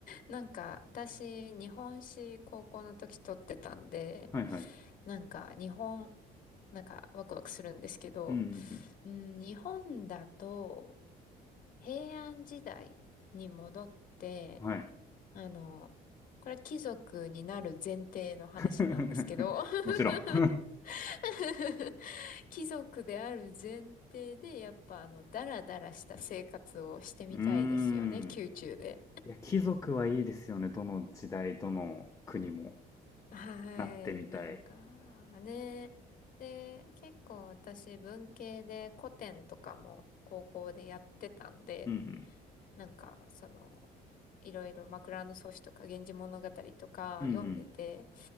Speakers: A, on the left; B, on the left.
A: なんか、私、日本史高校の時取ってたんで、
B: はいはい。
A: なんか、日本、なんか、ワクワクするんですけど、
B: うんうん
A: うん、日本だと、平安時代に戻って、
B: うん。はい。
A: あの、これは貴族になる前提の話なんですけど
B: <laughs>
A: <laughs>
B: もちろん。<laughs>
A: <laughs> 貴族である前提で、やっぱあの、ダラダラした生活をしてみたいですよね、
B: うーん。
A: 宮中で。
B: いや、貴族はいいですよね。どの時代、どの国も
A: はい、
B: なってみたい。
A: なんか、ね。で、結構私文系で古典とかも高校でやってたんで、
B: うんうん。
A: なんか、その、いろいろ枕草子とか源氏物語とか読んでて、
B: うんうん。